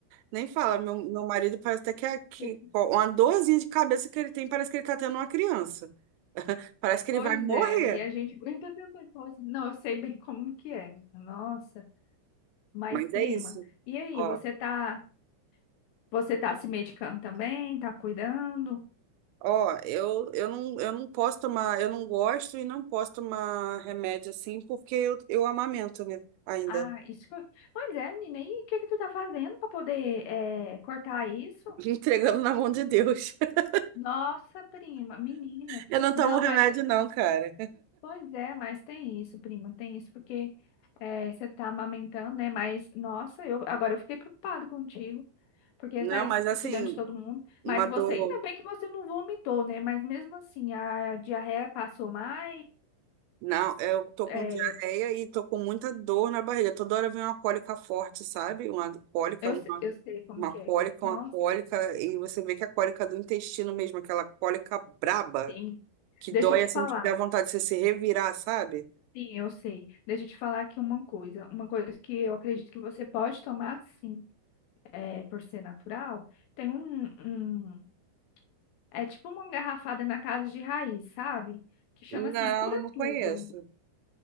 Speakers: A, on the right; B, on the left.
A: Nem fala, meu, meu marido parece até que, é- que
B: esse-
A: uma dorzinha de cabeça que ele tem, parece que ele tá tendo uma criança. Parece que ele
B: Pois
A: vai morrer.
B: é, e a gente <laughs> aguenta tanta coisa. Não, eu sei bem como que é. menina. Nossa, mas
A: Mas
B: prima,
A: é isso.
B: e aí,
A: Ó,
B: você tá, você tá se medicando também? Tá cuidando?
A: ó, eu, eu não, eu não posso tomar, eu não gosto e não posso tomar remédio assim, porque eu, eu amamento, né? Ainda.
B: Ah, isso que eu... Pois é, menina, e o que que tu tá fazendo pra poder eh, cortar isso?
A: <laughs> Entregando na mão de Deus. <laughs>
B: Nossa, prima, menina.
A: Eu não tomo
B: Não,
A: remédio,
B: mas
A: não, cara.
B: Pois é, mas tem isso, prima, tem isso, porque eh, você tá amamentando, né? Mas, nossa, eu agora eu fiquei preocupado contigo, porque
A: Não,
B: tá aí
A: mas
B: você
A: assim,
B: cuidando de todo mundo. Mas
A: uma
B: você,
A: dor.
B: ainda bem que você não vomitou, né? Mas mesmo assim, a diarreia passou mais.
A: Não, eu tô
B: eh,
A: com diarreia e tô com muita dor na barriga. Toda hora vem uma cólica forte, sabe? Uma cólica,
B: eu,
A: uma,
B: se- eu sei como
A: uma
B: que
A: cólica,
B: é. Nossa,
A: uma cólica. E você vê que é a cólica do intestino mesmo, aquela cólica braba,
B: tem.
A: que
B: Deixa
A: dói
B: eu te
A: assim,
B: falar.
A: que dá vontade de você se revirar, sabe?
B: Sim, eu sei. Deixa eu te falar aqui uma coisa. Uma coisa que eu acredito que você pode tomar, sim, eh, por ser natural. Tem um, um É tipo uma garrafada na casa de raiz, sabe? Que chama
A: Não,
B: assim, cura
A: não conheço.
B: tudo.